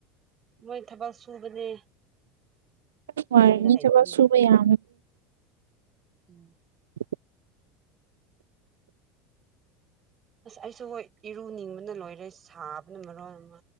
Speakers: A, on the right; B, on the right.
A: ꯃꯣꯏ ꯊꯕꯛ ꯁꯨꯕꯅꯦ
B: ꯁꯃ
A: ꯌꯨꯝꯗ
B: ꯃꯤꯖꯕꯥꯁꯨꯕ
A: ꯂꯩꯇꯦ ꯃꯣꯏꯗꯤ
B: ꯌꯥ
A: ꯎꯝ
B: <unintelligible>
A: ꯑꯁ ꯑꯩꯁꯨ ꯍꯣꯏ ꯏꯔꯨꯅꯤꯡꯕꯅ ꯂꯣꯏꯔꯦ ꯁꯥꯕꯅ ꯃꯔꯣ ꯑꯃ